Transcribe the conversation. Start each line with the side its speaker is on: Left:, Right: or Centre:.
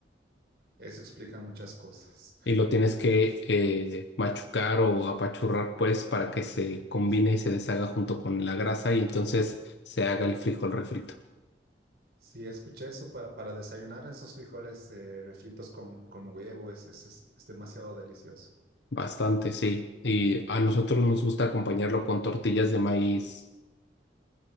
Right: Eso explica muchas cosas.
Left: y lo tienes que eh, machucar o apachurrar, pues, para que se combine y se deshaga junto con la grasa y entonces se haga el frijol refrito.
Right: Sí, escuché eso para, para desayunar esos frijoles eh, refritos con, con huevo, es, es es- es demasiado delicioso.
Left: Bastante, sí. Y a nosotros nos gusta acompañarlo con tortillas de maíz.